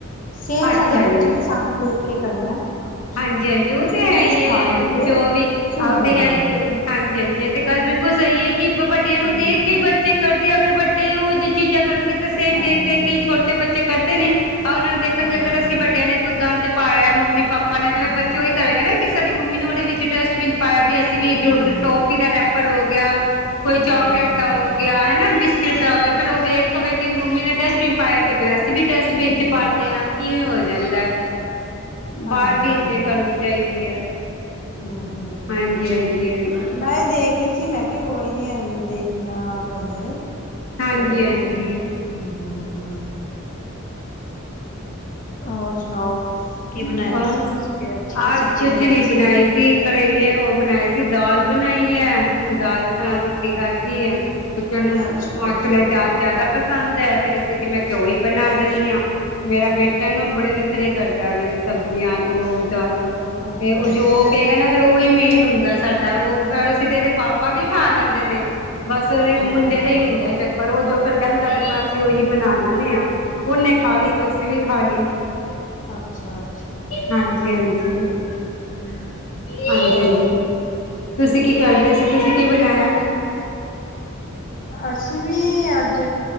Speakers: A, on the left; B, on the left.
A: ਸੇਮ
B: ਅੱਛਾ
A: ਸਾਡੇ ਬੱਚੇ
B: ਜੀ
A: ਨੇ ਸਾਨੂੰ ਦੇਖ ਕੇ ਕਰਨਾ ਕੁਛ
B: ਹਾਂਜੀ ਹਾਂਜੀ ਉਹ
A: ਕੁਛ
B: ਤੇ
A: ਵੀ
B: ਹੈ
A: ਚੀਜ਼
B: ਈ ਹੈ
A: ਖਾਣਗੇ ਤੇ
B: ਜੋ ਵੀ
A: ਸੁੱਟ
B: ਉਹ ਤੇ
A: ਦੇਣਗੇ।
B: ਹੈ ਈ ਹੈ ਹਾਂਜੀ ਹਾਂਜੀ ਇਹ ਤੇ ਗੱਲ ਬਿਲਕੁਲ ਸਹੀ ਹੈ ਕਿ ਵੱਡਿਆਂ ਨੂੰ
A: ਹੂੰ,
B: ਦੇਖ ਕਈ ਬੱਚੇ ਕਰਦੇ ਅਗਰ ਵੱਡੇ ਉਹ ਜਿਹੀ ਚੀਜ਼ਾਂ ਕਰਨਗੇ ਤੇ ਫੇਰ
A: ਹਾਂਜੀ,
B: ਦੇਖ ਦੇਖ
A: ਹਾਂਜੀ,
B: ਕੇ ਕਈ ਛੋਟੇ ਬੱਚੇ ਤੇ ਕਰਦੇ ਨੇ ਆ ਉਹਨਾਂ ਨੂੰ ਦੇਖਨਗੇ
A: ਹਾਂਜੀ,
B: ਅਗਰ ਅਸੀਂ
A: ਹੂੰ,
B: ਵੱਡਿਆਂ ਨੇ ਕੋਈ ਗੰਦ ਪਾਇਆ ਮੰਮੀ ਪਾਣੇ ਤੇ ਫਿਰ
A: ਹਾਂਜੀ,
B: ਬੱਚੇ ਉਹੀ ਕਰਨਗੇ ਬੱਚੇ ਉਹੀ ਕਰਨਗੇ ਨਾ ਕਿ ਸਾਡੀ ਮੰਮੀ ਨੂੰ ਉਹਦੇ ਵਿੱਚ ਡਸਟਬਿਨ ਚ ਪਾਇਆ ਵੀ ਅਸੀਂ ਵੀ
A: ਹਾਂਜੀ, ਹਾਂਜੀ,
B: ਟੋਪ ਦਾ ਰੈਪਰ ਹੋ ਗਿਆ ਕੋਈ ਚਾਕਲੇਟ
A: ਹਾਂਜੀ, ਹਾਂਜੀ।
B: ਦਾ ਹੋ ਗਿਆ ਹੈਨਾ ਬਿਸਕੁ ਬਿਸਕਿਟ ਦਾ ਹੋ ਗਿਆ ਫਿਰ ਉਹ ਵੇਖੋ ਵੇਖੀ ਵੀ ਮੰਮੀ ਨੇ ਡਸਟਬਿਨ ਚ ਪਾਇਆ ਤੇ ਫਿਰ ਅਸੀਂ ਵੀ ਡਸਟਬਿਨ
A: ਹਾਂਜੀ,
B: 'ਚ ਪਾਨੇ ਆ ਇਵੇ ਹੋ ਜਾਂਦਾ
A: ਹਾਂਜੀ,
B: ਬਾਹਰ ਵੀ ਇੱਜਤ ਕਰਨੀ ਚਾਹੀਦੀ ਹੈ <unintelligible>
A: ਹ ਹ
B: ਹਾਂਜੀ ਹਾਂਜੀ ਹਾਂਜੀ
A: ਮੈਂ ਦੇਖ ਰਹੀ ਸੀ ਮੈਂ ਕਿਹਾ ਕੋਈ ਨੀ ਇਹਨੂੰ ਦੇਖਨਾ ਪੈਂਦਾ ਏ
B: ਹਾਂਜੀ
A: ਤੇ ਉਹ
B: ਹਾਂਜੀ
A: ਹ ਹਾ ਹਾ ਹੋਰ ਸੁਣਾਓ ਕੀ ਬਨਾਇਆ
B: ਬਸ
A: ਸੀ ਤੁਸੀਂ ਫਿਰ ਅੱਜ
B: ਆਜ
A: ਕੀ ਸਬਜ਼ੀ
B: ਕੁਛ
A: ਬਨਾਈ
B: ਨੀ ਬਣਾਈ
A: ਸੀ
B: ਕਰੇਲੇ ਉਹ ਬਨਾਏ ਸੀ ਦਾਲ ਬਨਾਈ ਹੈ ਹੁਨ ਦਾਲ ਮੈ‌ ਰੋਟੀ ਖਾਦੀ ਆ ਬੱਚਿਆਂ ਨੂੰ
A: ਅੱਛਾ,
B: ਮਾਂ
A: ਅੱਛਾ।
B: ਛੋਲਿਆਂ ਦੀ ਦਾਲ ਜਿਆਦਾ ਪਸੰਦ ਹੈ ਫਿਰ ਅਸੀਂ ਕਿ ਮੈਂ ਕਿਆ ੳਹੀ ਬਨਾ ਦੇਨੀਂ ਆ ਮੇਰਾ ਬੇਟਾ
A: ਅ-
B: ਏਨਾ ੳਨੂੰ ਬੜੇ ਨਖ ਕਰਦਾ ਵੇ ਸਬਜ਼ੀਆਂ ਤੋਂ ਦਾਲ ਤੋਂ
A: ਅੱਛਾ,
B: ਤੇ ਉਹ
A: ਅੱਛਾ,
B: ਜੋ ਕਹੇਗਾ ਨਾ ਫੇਰ ਉਹੀ ਮੇਨ ਹੁੰਦਾ ਸਾਡਾ ਉਹ ਵੈਸੇ ਤੇ ਇਦੇ ਪਾਪਾ ਵੀ ਖਾ ਲੈਂਦੇ ਨੇ। ਬਸ ਸਵੇਰੇ ਉਹ
A: ਹੂੰ,
B: ਮੁੰਡੇ
A: ਹੂੰ,
B: ਦਾ ਹੀ ਹੁੰਦਾ ਚੱਕਰ ਉਹ ਜੋ ਫੇਰ ਕਹਿੰਦਾ ਫਿਰ ਮੈਂ ਅਸੀਂ ਓਹੀ ਬਨਾ ਲੈਨੇ ਆ। ਓਨੇ ਖਾ ਲੀ, ਅਸੀਂ ਵ ਅਸੀ ਵੀ ਖਾ ਲੀ।
A: ਆੱਛਾ-ਆੱਛਾ।
B: ਹਾਂਜੀ ਹਾਂਜੀ
A: ਹੂੰ,
B: ਹਾਂਜੀ
A: ਹੋਰ
B: ਹਾਂਜੀ ਤੁਸੀਂ ਕੀ ਕਰਦੇ ਸੀ ਤੁਸੀਂ ਕੀ ਬਨਾਇਆ?
A: ਅਸੀਂ ਵੀ ਅੱਜ